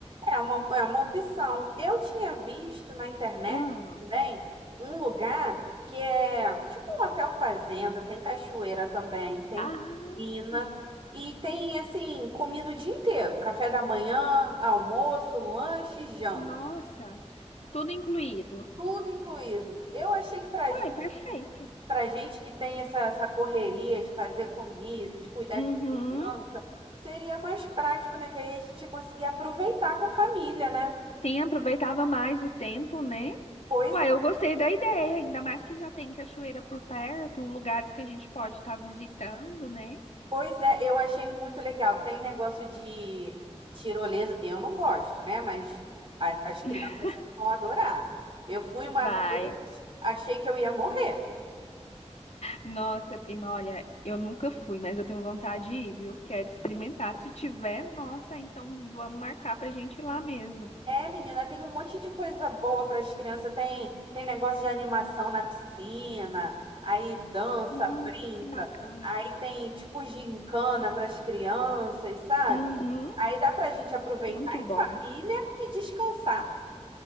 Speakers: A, on the right; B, on the left.
A: é uma, é uma opção. Eu tinha visto na internet
B: Ah,
A: também um lugar que é tipo um hotel fazenda, tem cachoeira também, tem
B: ah,
A: piscina e tem assim, comida o dia inteiro, café da manhã, almoço, lanche, e janta.
B: nossa, tudo incluído.
A: Tudo incluído. Eu achei que pra
B: Uai,
A: gente,
B: perfeito.
A: pra gente que tem essa, essa correria de fazer comida, de cuidar
B: Uhum.
A: de criança, seria mais prático, né? Que aí a gente ia conseguir aproveitar com a família, né?
B: Sim, aproveitava mais o tempo, né?
A: Pois
B: Uai,
A: é,
B: eu gostei da ideia, ainda mais que já tem cachoeira por perto, lugares que a gente pode estar visitando, né?
A: pois é, eu achei muito legal. Tem negócio de tirolesa. Eu não gosto, né? Mas a- as crianças
B: <laughs>
A: vão adorar. Eu fui uma
B: Vai.
A: vez, achei que eu ia morrer.
B: Nossa, prima, olha, eu nunca fui, mas eu tenho vontade de ir, viu? Quero experimentar. Se tiver, nossa, então vamos marcar pra gente ir lá mesmo.
A: É, menina, tem um monte de coisa boa para as crianças. Tem, tem negócio de animação na piscina, aí dança,
B: Nossa,
A: brinca,
B: que bacana.
A: aí tem tipo gincana para as crianças, sabe?
B: Uhum,
A: Aí dá para a gente aproveitar
B: muito
A: em
B: bom.
A: família e descansar.